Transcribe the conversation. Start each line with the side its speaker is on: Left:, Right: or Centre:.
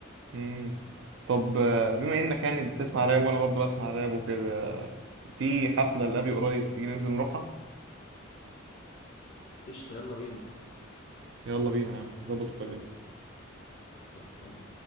Right: مم. طب آه، بما انك يعني بتسمع راب وانا برضه بسمع راب وكده في حفلة لأبي قريب تيجي ننزل نروحها
Left: قشطه يلا بينا
Right: يلا بينا يا عم ظبط وكلمني
Left: شوف خلصان